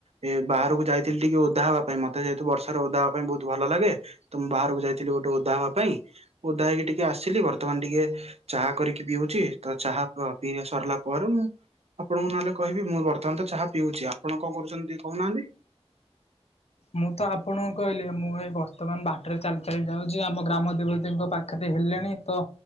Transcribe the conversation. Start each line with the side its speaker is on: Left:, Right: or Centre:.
Right: ଏ ବାହାରକୁ ଯାଇଥିଲି ଟିକେ ଓଦା ହବା ପାଇଁ ମତେ ଯେହେତୁ ବର୍ଷାରେ ଓଦା ହବା ପାଇଁ ବହୁତ ଭଲ ଲାଗେ। ତ ମୁଁ ବାହାରକୁ ଯାଇଥିଲି ଗୋଟେ ଓଦା ହବା ପାଇଁ ଓଦା ହେଇକି ଟିକେ ଆସିଲି ବର୍ତ୍ତମାନ ଟିକେ ଚାହା କରିକି ପିଉଚି ତ ଚାହା ପିଇବା ସରିଲା ପରେ ମୁଁ ଆପଣଙ୍କୁ ନହେଲେ କହିବି ମୁଁ ବର୍ତ୍ତମାନ ତ ଚାହା ପିଉଚି ଆପଣ କଣ କରୁଚନ୍ତି ଟିକେ କହୁନାହାନ୍ତି?
Left: ମୁଁ ତ ଆପଣଙ୍କୁ କହିଲି ମୁଁ ଏଇ ବର୍ତ୍ତମାନ ବାଟରେ ଚାଲି ଚାଲି ଯାଉଚି ଆମ ଗ୍ରାମ ଦେବତୀଙ୍କ ପା ଖେରେ ହେଲେଣି ତ